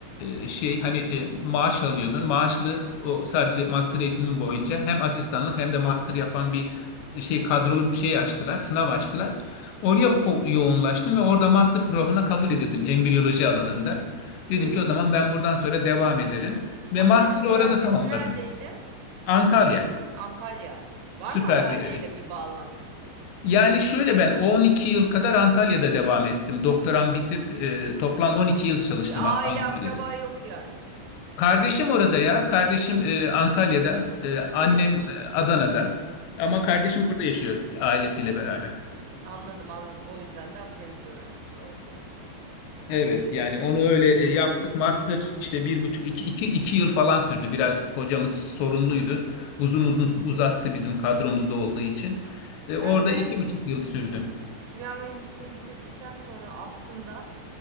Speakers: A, on the left; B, on the right.
A: e, e, şey hani e, maaş alıyordun. Maaşlı o sadece master eğitimin boyunca hem asistanlık hem de master yapan bir e, şey kadrolu bir şey açtılar. Sınav açtılar. Oraya fo- yoğunlaştım ve orada master programına kabul edildim embriyoloji alanında. Dedim
B: Hmm.
A: ki o zaman ben buradan sonra devam ederim ve
B: Akdeniz
A: master'ı
B: Üniversitesi
A: orada tamamladım.
B: neredeydi?
A: Antalya
B: Antalya. Var
A: süper
B: mı Antalya
A: bir yer.
B: ile bir bağlantın?
A: Yani şöyle ben 12 yıl kadar Antalya'da devam ettim. Doktoram bitip e, toplam 12 yıl çalıştım
B: Bir
A: Ak-
B: aile
A: Antalya'da.
B: akraba yok yani.
A: Kardeşim orada ya. Kardeşim e, Antalya'da. E, annem
B: Hmm.
A: e, Adana'da. Ama
B: Hmm.
A: kardeşim orada yaşıyor ailesiyle beraber.
B: Anladım anladım. O yüzden de Akdeniz Üniversitesi oldu.
A: Evet yani onu öyle e, yaptık. Master işte bir buçuk iki, iki, iki yıl falan sürdü. Biraz hocamız sorunluydu. Uzun uzun uzattı bizim kadromuzda olduğu için. E,
B: Ben
A: orada
B: de
A: iki buçuk yıl sürdü.
B: kimya mühendisliğini bitirdikten sonra aslında